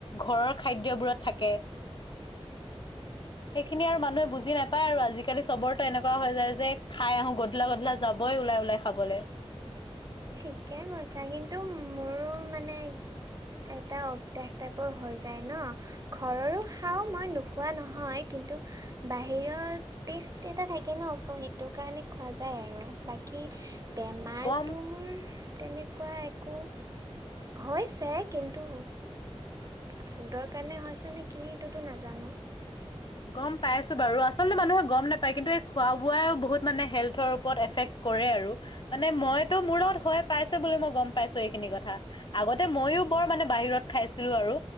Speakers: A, on the left; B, on the right.
A: ঘৰৰ খাদ্যবোৰত থাকে, সেইখিনি আৰু মানুহে বুজি নাপায় আৰু আজিকালি চবৰতো এনেকুৱা হৈ যায়, যে খাই আহো গধূলা, গধূলা যাবই ওলাই, ওলাই খাবলে।
B: ঠিকে কৈছা, কিন্তু মোৰ মানে এটা অভ্যাস টাইপৰ হৈ যায় ন? ঘৰৰো খাও মই নোখোৱা নহয়, কিন্তু বাহিৰত টেষ্ট এটা থাকে ন, চ' সেইটো কাৰণে খোৱা যায় আৰু কি বেমাৰটো
A: গম
B: মোৰ তেনেকুৱা একো হৈছে। কিন্তু ফুডৰ কাৰণে হৈছে নে কি এইটোতো নাজানো।
A: গম পাইছোঁ বাৰু আচলতে মানুহে গম নাপায়। কিন্তু এই খোৱা বোৱাই বহুত মানে হেল্থৰ ওপৰত এফেক্ট কৰে আৰু মানে মইতো মোৰ লগত হয় পাইছে বুলি মই গম পাইছো এইখিনি কথা। আগতে মইও বৰ মানে বাহিৰত খাইছিলো আৰু